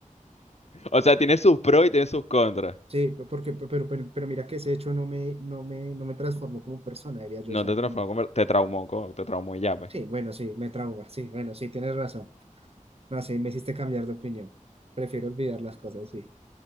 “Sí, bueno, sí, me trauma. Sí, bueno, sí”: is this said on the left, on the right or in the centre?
Right